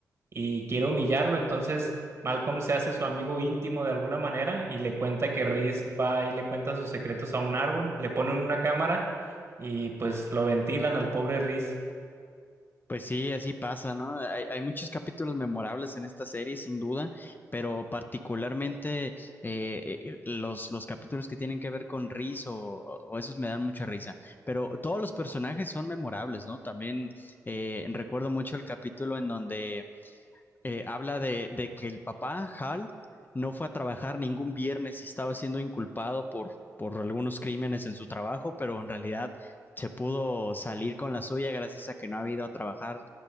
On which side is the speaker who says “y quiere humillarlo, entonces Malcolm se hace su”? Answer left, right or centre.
Right